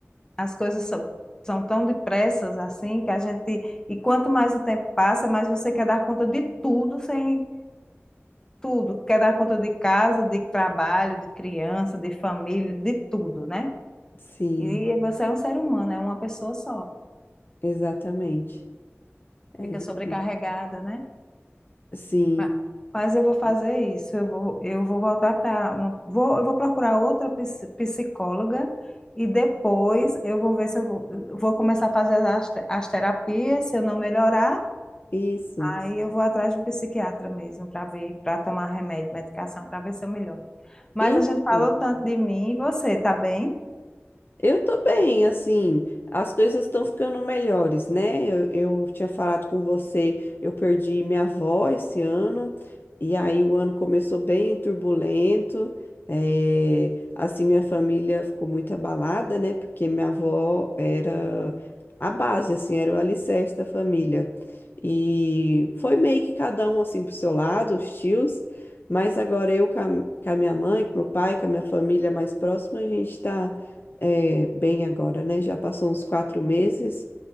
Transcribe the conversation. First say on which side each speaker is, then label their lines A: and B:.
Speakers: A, on the left; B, on the left.
A: as coisas são, são tão depressas assim que a gente. E quanto mais o tempo passa, mais você quer dar conta de tudo sem tudo. Quer dar conta de casa, de trabalho, de criança, de família, de tudo, né?
B: Sim,
A: E você é um ser humano, é uma pessoa só.
B: exatamente. É
A: Fica
B: difícil.
A: sobrecarregada, né?
B: Sim,
A: Ma- Mas eu vou fazer isso. Eu vou, eu vou voltar para uma. Vou, eu vou procurar outra ps- psicóloga. E depois eu vou ver se eu vou, eu vou começar a fazer as, te- as terapias. Se eu não melhorar,
B: isso,
A: Aí eu vou atrás de um psiquiatra mesmo para ver, para tomar remédio, medicação, para ver se eu melhoro. Mas
B: isso.
A: a gente falou tanto de mim e você, tá bem?
B: Eu tô bem, assim, as coisas estão ficando melhores, né? Eu, eu tinha falado com você, eu perdi minha avó esse ano, e aí o ano começou bem turbulento, eh, assim, minha família ficou muito abalada, né? Porque minha avó era a base, assim, era o alicerce da família. E foi meio que cada um, assim, pro seu lado, os tios, mas agora eu com a, com a minha mãe, com meu pai, com a minha família mais próxima, a gente tá é, bem agora, né? Já passou uns quatro meses